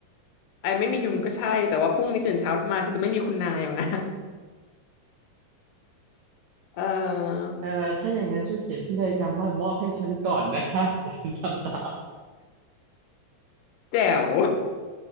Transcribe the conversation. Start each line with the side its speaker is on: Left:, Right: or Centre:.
Left: ไอไม่มียุงก็ใช่แต่ว่าพรุ่งนี้ตื่นเช้ามาเธอจะไม่มีคุณนายเอานะ <laughs> เอ่อ
Right: เอ่อถ้าอย่างนั้นช่วยเขียนพินัยกรรมว่ามอบให้ฉันก่อนนะคะ <laughs> เดี๋ยวฉันทำตาม
Left: แจ๋ว <laughs>